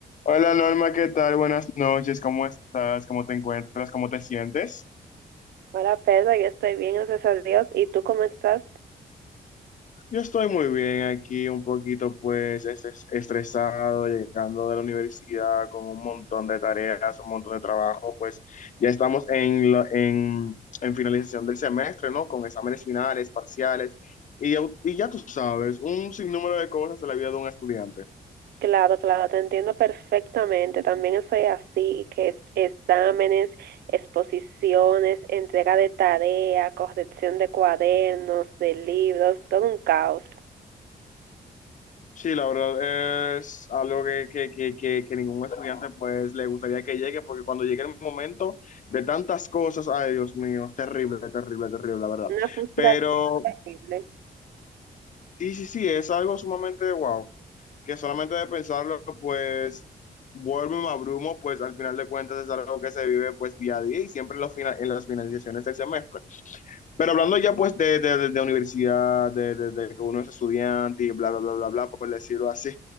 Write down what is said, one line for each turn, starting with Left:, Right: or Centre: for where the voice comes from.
Left: Hola Norma, ¿qué tal? Buenas noches, ¿cómo estás? ¿Cómo te encuentras? ¿Cómo te sientes?
Right: Hola Pedro, yo estoy bien, gracias a Dios. ¿Y tú cómo estás?
Left: Yo estoy muy bien aquí, un poquito pues estres- estresado, llegando de la universidad con un montón de tareas, un montón de trabajo, pues ya estamos en, la- en, en finalización del semestre, ¿no? Con exámenes finales, parciales, y, ya- y ya tú sabes, un sinnúmero de cosas de la vida de un estudiante.
Right: Claro, claro, te entiendo perfectamente. También estoy así, que es- exámenes, exposiciones, entrega de tarea, corrección de cuadernos, de libros, todo un caos.
Left: Sí, la verdad es algo que, que, que, que, que ningún estudiante pues le gustaría que llegue, porque cuando llegue el momento de tantas cosas, ay Dios mío, es terrible, terrible, terrible, la verdad.
Right: Una frustración.
Left: Pero
Right: terrible.
Left: sí, sí, sí, es algo sumamente wow, que solamente de pensarlo pues vuelvo y me abrumo, pues al final de cuentas es algo que se vive pues día a día y siempre en, los fina- en las finalizaciones del semestre. Pero hablando ya pues de, de, de- de universidad, de, de, de que uno es estudiante y bla, bla, bla, bla, bla, por decirlo así.